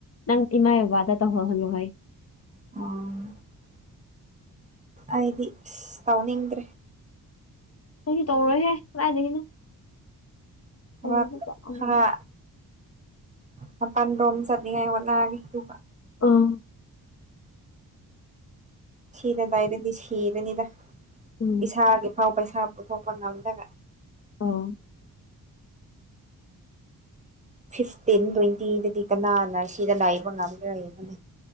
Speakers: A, on the left (about 40°); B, on the right (about 20°).
A: ꯅꯪ ꯏꯃꯥꯢ ꯕꯕꯥꯗ ꯇꯧꯍꯜ ꯍꯜꯂꯣ ꯍꯥꯏꯌꯣ
B: ꯑꯣ ꯑꯩꯗꯤ ꯏꯁ ꯇꯧꯅꯤꯡꯗ꯭ꯔꯦ
A: ꯑꯩꯖꯨ ꯇꯧꯔꯣꯏꯍꯦ ꯀꯗꯥꯏꯗꯒꯤꯅꯣ ꯇꯧꯔꯁꯨ
B: ꯈꯔ
A: ꯆꯞ ꯃꯥꯟꯅꯕꯅꯤ
B: ꯈꯔ ꯃꯄꯥꯟ ꯔꯣꯝ ꯆꯠꯅꯤꯡꯉꯥꯏ ꯍꯣꯠꯅꯔꯅꯤ ꯑꯗꯨꯒ
A: ꯑꯝ
B: ꯁꯤꯗ ꯂꯩꯔꯗꯤ ꯁꯤꯔꯅꯤꯗ
A: ꯎꯝ
B: ꯏꯁꯥꯒꯤ ꯐꯥꯎ ꯄꯩ ꯄꯩꯁꯥ ꯄꯨꯊꯣꯛꯄ ꯉꯝꯗ꯭ꯔꯒ
A: ꯑꯣ
B: ꯐꯤꯐꯇꯤꯟ ꯇ꯭ꯋꯦꯟꯇꯤꯗꯗꯤ ꯀꯅꯥꯅ ꯁꯤꯗ ꯂꯩꯕ ꯉꯝꯒꯦꯔ ꯌꯦꯡꯉꯣꯅꯦ